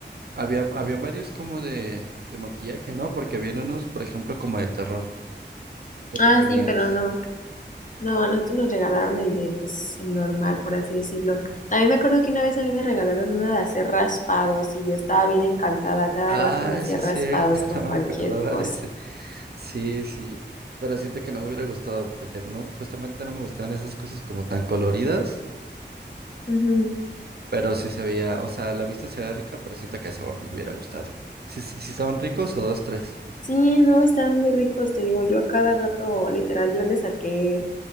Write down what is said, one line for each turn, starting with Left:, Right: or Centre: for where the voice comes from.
Right: había, había varios como de, de maquillaje, ¿no? Porque había unos, por ejemplo, como de terror, que
Left: Ah,
Right: te ponías.
Left: sí, pero no. No, a nosotros nos regalaron el de, pues, el normal, por así decirlo. También me acuerdo que una vez a mí me regalaron uno de hacer raspados y yo estaba bien encantada. Cada
Right: Ah,
Left: rato me hacía
Right: sí
Left: raspados
Right: es cierto,
Left: con
Right: <laughs> no
Left: cualquier
Right: me acordaba
Left: cosa.
Right: de ese. Sí, sí, pero siento que no me hubiera gustado porque no, justamente no me gustaban esas cosas como tan coloridas,
Left: Ujú.
Right: pero sí se veía, o sea, a la vista se veía rica, pero siento que el sabor no me hubiera gustado. Sí, sí estaban ricos o dos, tres.
Left: Sí, no, están muy ricos, te digo, yo a cada rato, literal, yo le saqué